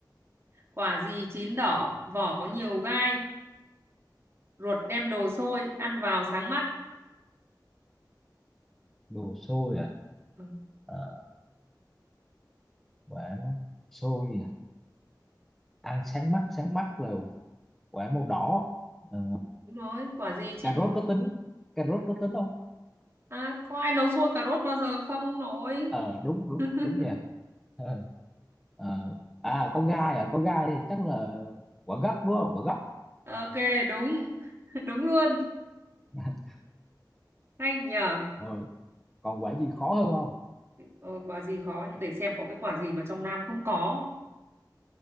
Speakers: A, on the right (about 35°); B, in the centre.
A: Quả gì chín đỏ, vỏ có nhiều gai, ruột đem đồ sôi, ăn vào sáng mắt.
B: đồ xôi à
A: Ừ,
B: ờ, quả nó xôi à ăn sáng mắt sáng mắt là quả màu đỏ ờ,
A: đúng rồi, quả gì chín...
B: cà rốt có tính cà rốt có tính không
A: À, có ai nấu sôi cà rốt bao giờ không nội?
B: ờ đúng đúng
A: <laughs>
B: đúng vậy <laughs> Ờ, ờ. à có gai à có gai thì chắc là quả gấc đúng không quả gấc
A: Ok, đúng. <laughs> Đúng luôn.
B: <laughs>
A: Hay nhờ.
B: rồi còn quả gì khó hơn không
A: Ờ, quả gì khó nhỉ? để xem có cái quả gì mà trong Nam không có.